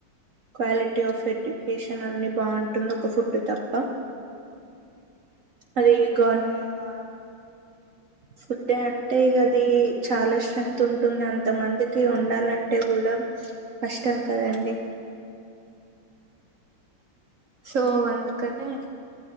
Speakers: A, on the right (about 55°); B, on the right (about 20°).
A: క్వాలిటీ ఆఫ్ ఎడ్యుకేషన్ అన్ని బాగుంటుంది ఒక ఫుడ్ తప్ప
B: మరి
A: అది
B: ఫుడ్
A: గవర్నమెంట్
B: ఏదా
A: ఫుడ్ అంటే అది చాలా స్ట్రెంత్ ఉంటుంది అంతమందికి ఉండాలంటే కూడా కష్టం కదా అండి సో అందుకనే